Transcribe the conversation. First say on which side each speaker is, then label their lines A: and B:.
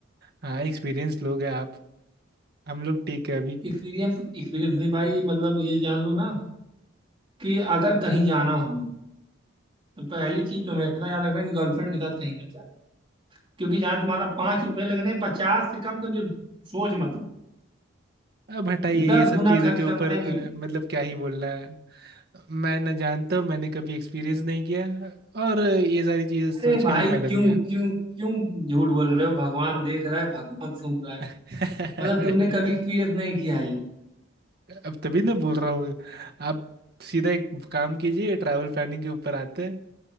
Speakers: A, on the right (about 50°); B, on the right (about 25°).
A: हाँ एक्सपीरियंस लोग हैं आप हम लोग ठीक है अभी
B: है एक्सपीरियंस एक्सपीरियंस नहीं भाई मतलब ये जान लो ना कि अगर कहीं जाना हो तो पहली चीज तो मेरा याद रखना कि गर्लफ्रेंड के साथ कहीं मत जाना क्योंकि जहां तुम्हारा पांच रुपए लगने पचास से कम तो फिर सोच मत
A: अब हटाइए
B: लेना।
A: ये
B: दस
A: सब
B: गुना
A: चीज़ों
B: खर्च
A: के
B: करवाएंगे
A: ऊपर अ, मतलब क्या ही बोलना है मैं ना जानता हूँ मैंने कभी एक्सपीरियंस नहीं किया और अ, ये सारी चीज़ें सोच
B: अरे
A: के
B: भाई
A: भी फायदा
B: क्यों
A: नहीं है
B: क्यों क्यों झूठ बोल रहे हो भगवान देख रहा है भगवान सुन रहा है
A: <laughs>
B: मतलब तुमने कभी एक्सपीरियंस नहीं किया है ये।
A: अब तभी ना बोल रहा हूँ आप सीधा एक काम कीजिए ट्रैवल प्लानिंग के ऊपर आते हैं